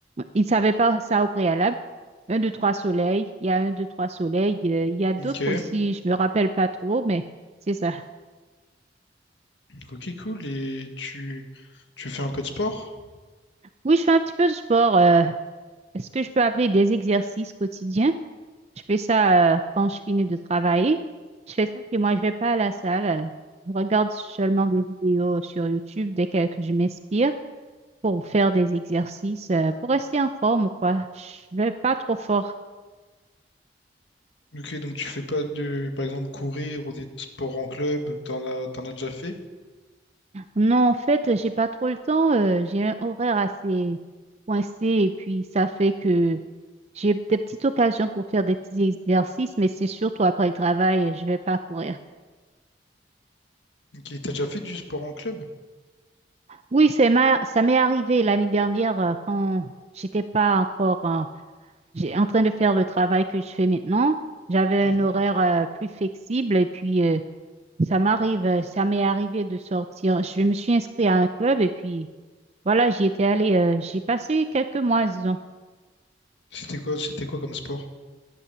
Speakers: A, on the right; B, on the left.
A: Ils ne savaient pas ça au préalable. Un, deux, trois soleils. Il y a un, deux, trois soleils. euh, Il y a d'autres
B: Ok.
A: aussi. Je me rappelle pas trop, mais c'est ça.
B: Ok, cool. Et tu, tu fais un peu de sport?
A: Oui, je fais un petit peu de sport. euh, est-ce que je peux appeler des exercices quotidiens? Je fais ça euh, quand je finis de travailler. Je fais ça chez moi. Je vais pas à la salle. euh, Je regarde seulement des vidéos sur YouTube dès que, que je m'inspire pour faire des exercices, euh, pour rester en forme ou quoi. Je vais pas trop fort.
B: Ok, donc tu fais pas de, par exemple, courir ou des sports en club, t'en as, t'en as déjà fait?
A: Non, en fait, j'ai pas trop le temps. euh, j'ai un horaire assez coincé et puis ça fait que J'ai des petites occasions pour faire des petits exercices, mais c'est surtout après le travail, je vais pas courir.
B: Ok, t'as déjà fait du sport en club?
A: Oui, c'est ma- ça m'est arrivé l'année dernière euh, quand j'étais pas encore euh, j'ai- en train de faire le travail que je fais maintenant. J'avais
B: Mhm.
A: un horaire euh, plus flexible et puis euh, ça m'arrive, euh, ça m'est arrivé de sortir. Je me suis inscrite à un club et puis voilà, j'y étais allée. euh, j'ai passé quelques mois, disons.
B: C'était quoi, c'était quoi comme sport?